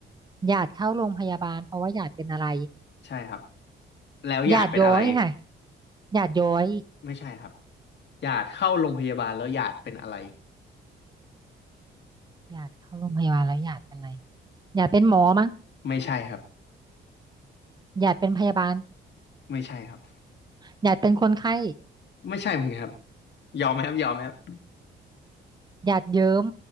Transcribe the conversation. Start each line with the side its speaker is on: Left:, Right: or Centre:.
Right: หยาดเข้าโรงพยาบาลเพราะว่าหยาดเป็นอะไร
Left: ใช่ครับแล้วหยาดเป็นอะไร
Right: หยาดย้อยค่ะหยาดย้อย
Left: ไม่ใช่ครับหยาดเข้าโรงพยาบาลแล้วหยาดเป็นอะไร
Right: หยาดเข้าโรงพยาบาลแล้วหยาดเป็นอะไรหยาดเป็นหมอมั้ง
Left: ไม่ใช่ครับ
Right: หยาดเป็นพยาบาล
Left: ไม่ใช่ครับ
Right: หยาดเป็นคนไข้
Left: ไม่ใช่เหมือนกันครับยอมไหมครับยอมไหมครับ
Right: หยาดเยิ้ม